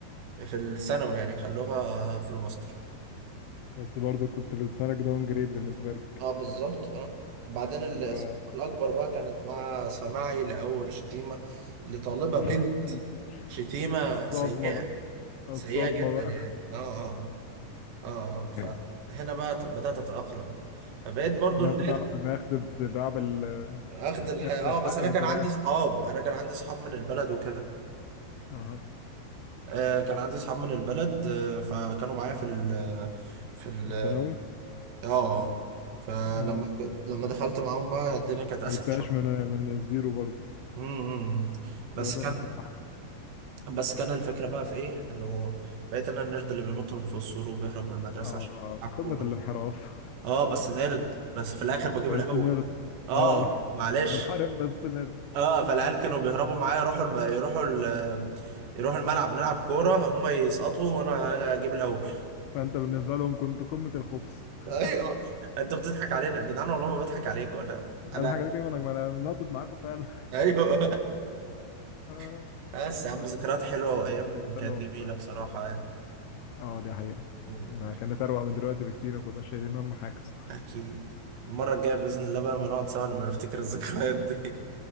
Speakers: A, on the right (about 80°); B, on the left (about 75°).
A: في الثانوي يعني خلوها في الماستر
B: بس برضه كنت لسانك داون جريد بالنسبة لك
A: اه بالظبط اه وبعدين الصدمة
B: اللي هو
A: الأكبر بقى كانت مع سماعي لأول شتيمة لطالبة
B: <laughs>
A: بنت شتيمة
B: الصدمة
A: سيئة
B: بقى الصدمة
A: سيئة جدا
B: بقى
A: يعني اه اه اه اه
B: <laughs>
A: فهنا بقى ت- بدأت أتأقلم فبقيت برضو
B: ان انت
A: النيرد
B: تعرف ان اخد الدراع بال
A: أخد
B: <laughs>
A: الحق
B: اخد
A: اه
B: الحق
A: بس أنا
B: بالدراع
A: كان عندي صحاب أنا كان عندي صحاب من البلد وكده
B: اها
A: آه كان عندي صحاب من البلد آه فكانوا معايا في ال في ال
B: في الثانوي
A: اه آه. فلما
B: اه
A: ك- لما دخلت معاهم بقى الدنيا كانت أسهل
B: ما جبتهاش
A: شوية
B: من من الزيرو برضه
A: امم بس
B: بدأ
A: كان
B: من حته حلوه
A: بس كان الفكرة بقى في ايه انه بقيت انا النرد اللي بينط من فوق السور وبيهرب من المدرسة
B: اه
A: عشان يلعب
B: قمة
A: كورة
B: الانحراف
A: اه بس نرد بس في الاخر بجيب
B: بس
A: الاول
B: نرد
A: اه
B: اه <laughs> اه
A: معلش
B: منحرف بس نرد
A: اه فالعيال كانوا بيهربوا معايا يروحوا الم... يروحوا ال... يروحوا الملعب نلعب كورة هما يسقطوا وانا اجيب الاول
B: فانت بالنسبه لهم كنت قمه الخبث <laughs>
A: <laughs> ايوه انت بتضحك علينا يا جدعان والله ما بضحك عليك وانا انا
B: انا حاجه دي ما انا ما انا ناطط معاكم فعلا
A: ايوه
B: آه،
A: <laughs> بس يا عم
B: فكان
A: ذكريات حلوة
B: الموضوع
A: وايام
B: بالنسبه
A: كانت
B: لهم
A: جميلة بصراحة
B: اه دي حقيقه
A: يعني
B: ما كانت اروق من دلوقتي بكتير وكنا شايلين هم حاجه <laughs>
A: أكيد المرة الجاية بإذن الله بقى لما نقعد سوا نبقى نفتكر الذكريات دي